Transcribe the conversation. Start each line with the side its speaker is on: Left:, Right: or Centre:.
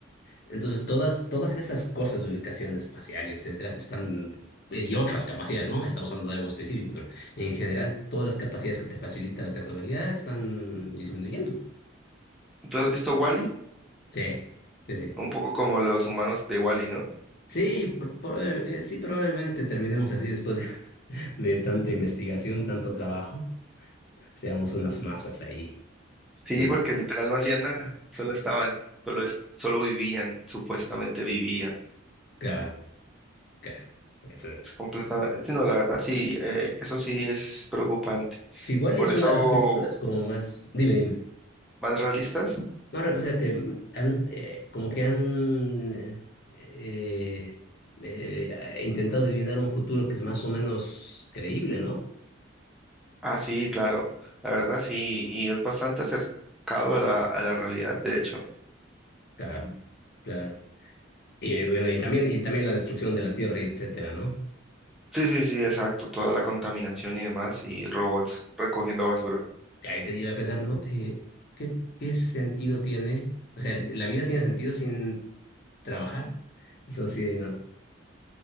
Left: Entonces, todas, todas esas cosas de ubicación espacial y etcétera están, eh, y otras capacidades, ¿no? Estamos hablando de algo específico, pero en general todas las capacidades que te facilita la tecnología están disminuyendo, pues.
Centre: ¿Tú has visto wall
Left: Sí, sí, sí.
Centre: Un poco como los humanos de Wall-E, ¿no?
Left: Sí, pro- proba- eh, sí, probablemente terminemos así después de, <laughs> de tanta investigación, tanto trabajo, seamos unas masas ahí.
Centre: Sí,
Left: Bien,
Centre: porque literal no hacían nada, solo estaban, solo, es- solo vivían, supuestamente vivían.
Left: claro, claro. Eso.
Centre: Completamente. sí, No, la verdad sí, eh, eso sí es preocupante.
Left: Sí, igual
Centre: Por
Left: es
Centre: eso,
Left: una de las películas como más... Dime, dime.
Centre: ¿más realistas?
Left: No, o sea que han, eh, como que han eh, eh, eh, intentado adivinar un futuro que es más o menos creíble, ¿no?
Centre: Ah, sí, claro, la verdad sí, y es bastante acercado a la, a la realidad, de hecho.
Left: Claro, Claro. Y eh, bueno, y también, y también la destrucción de la Tierra, y etcétera, ¿no?
Centre: Sí, sí, sí, exacto, toda la contaminación y demás, y robots recogiendo basura.
Left: Que Ahí te lleva a pensar, ¿no? Eh, ¿qué, qué sentido tiene? O sea, ¿la vida tiene sentido sin trabajar? Eso sí, ¿no?